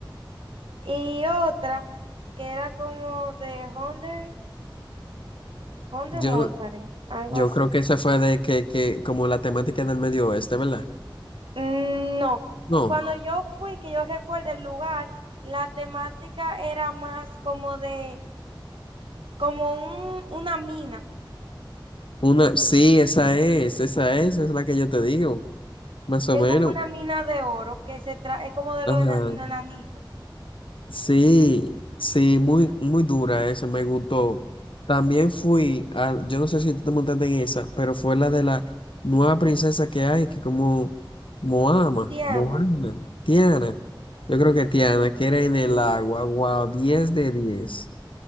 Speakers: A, on the right; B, on the left.
A: Y otra que era como de Hunter, Hunter
B: Yo,
A: Mountain,
B: no-
A: algo
B: yo
A: así.
B: creo que esa fue de que, que como la temática del medio oeste, ¿verdad?
A: Mm, No,
B: No,
A: eh, cuando yo fui, que yo recuerdo el lugar, la temática era más como de, como un, una mina,
B: una, sí, esa es, esa es, esa es la que yo te digo, más o
A: que
B: menos.
A: es como una mina de oro, que se trae, es como de
B: Ajá.
A: los ena- enanitos.
B: Sí, sí, muy, muy dura eso, me gustó. También fui a, yo no sé si tú te montaste en esa, pero fue la de la nueva princesa que hay, que como Moama,
A: Tiano.
B: Moana, Tiana, yo creo que Tiana, que era en el agua, wow, diez de diez